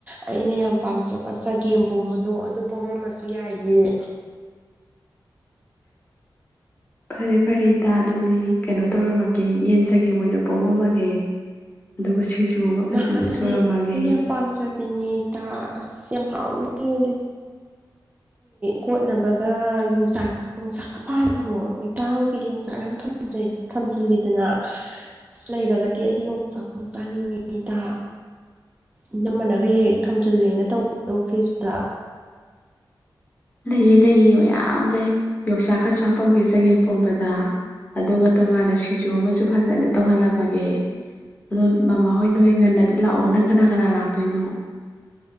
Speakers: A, on the right; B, on the left.
A: ꯑꯩꯅ ꯌꯥꯝ ꯄꯥꯝꯅꯖꯕ ꯆꯒꯦꯝ ꯄꯣꯝꯕꯗꯣ ꯑꯗꯨ ꯄꯣꯝꯃꯝꯃꯁꯨ ꯌꯥꯏꯌꯦ
B: ꯐꯔꯦ ꯐꯔꯦ ꯏꯇꯥ ꯑꯗꯨꯗꯤ ꯀꯩꯅꯣ ꯇꯧꯔꯝꯃꯒꯦ ꯌꯦꯟ ꯆꯒꯦꯝ ꯑꯣꯏꯅ ꯄꯣꯝꯃꯝꯃꯒꯦ ꯑꯗꯨꯒ ꯁꯤꯡꯖꯨ ꯑꯃ ꯐꯖꯅ
A: ꯅꯍ ꯑꯗꯨꯗꯤ
B: ꯁꯨꯔꯝꯃꯒꯦ
A: ꯑꯩꯅ ꯌꯥꯝ ꯄꯥꯝꯖꯕꯅꯦ ꯏꯇꯥ ꯑꯁ ꯌꯥꯝ ꯍꯥꯎꯅꯤ ꯑꯗꯨ ꯀꯣꯠꯅꯕꯒ ꯌꯣꯡꯆꯥꯛ ꯌꯣꯡꯆꯥꯛꯀ ꯄꯥꯟꯕ꯭ꯔꯣ ꯏꯇꯥ ꯍꯣꯏꯒꯤꯗꯤ ꯌꯣꯡꯆꯥꯛ ꯌꯥꯝ ꯊꯝꯖꯤꯜꯂꯤꯗꯅ ꯑꯁ ꯂꯩꯔꯒꯗꯤ ꯑꯩꯗꯤ ꯌꯣꯡꯆꯥꯛꯇꯨꯝ ꯆꯥꯅꯤꯡꯉꯤ ꯏꯇꯥ ꯏꯅꯝꯃꯅꯒ ꯍꯦꯛ ꯊꯝꯖꯤꯜꯂꯦꯅ ꯇꯧꯕꯗꯣ ꯐ꯭ꯔꯤꯖꯇ
B: ꯂꯩꯌꯦ ꯂꯩꯌꯦ ꯃꯌꯥꯝ ꯂꯩ ꯌꯣꯡꯆꯥꯛ ꯈꯔꯁꯨ ꯍꯥꯞꯄꯝꯒꯦ ꯆꯥꯒꯦꯝ ꯄꯣꯝꯕꯗ ꯑꯗꯨꯒ ꯇꯣꯉꯥꯟꯅ ꯁꯤꯡꯖꯨ ꯑꯃꯁꯨ ꯐꯖꯅ ꯇꯧꯍꯜꯂꯝꯃꯒꯦ ꯑꯗꯣ ꯃꯃꯥꯍꯣꯏ ꯅꯣꯏ ꯉꯟꯅꯗꯤ ꯂꯥꯛꯑꯣ ꯅꯪ ꯀꯅꯥ ꯀꯅꯥ ꯂꯥꯛꯇꯣꯏꯅꯣ